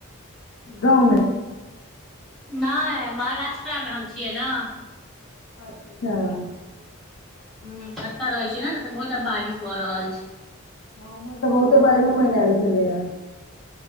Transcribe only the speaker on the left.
गाव मे। <unintelligible>
अच्छा। <unintelligible>
गाव केउम्हर तऽ बहुते बाढ़ि पानि अयल छलैय या। <unintelligible>